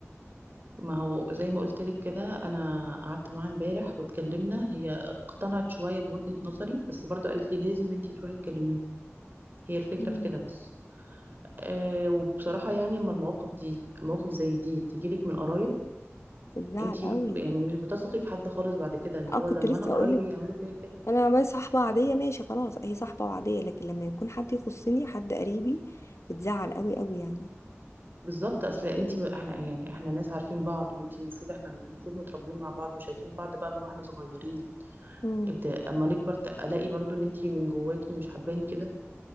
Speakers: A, on the right; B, on the left.
A: ما هو زي ما قلت لك كده انا قعدت معاها امبارح واتكلمنا هي اقتنعت شويه بوجهه نظري بس برضه قالت لي لازم انتي تروحي تكلميها هي الفكره
B: مم.
A: في كده بس أه وبصراحه يعني اما المواقف دي مواقف زي دي تجيلك من قرايب
B: بتزعل
A: انتي
B: قوي
A: يعني مش بتثقي في حد خالص بعد كده اللي
B: اه
A: هو
B: كنت
A: لما
B: لسه
A: انا قرايبي
B: اقول لك
A: يعملوا فيا كده
B: انا بس صاحبه عاديه ماشي خلاص هي صاحبه وعاديه لكن لما يكون حد يخصني حد قريبي بتزعل قوي قوي يعني
A: بالظبط اصل انتي احنا يعني احنا ناس عارفين بعض وانتي المفروض احنا المفروض متربيين مع بعض وشايفين بعض بقى من واحنا صغيرين
B: امم
A: إت- اما نكبر ت- الاقي برضو ان انتي من جواكي مش حباني كده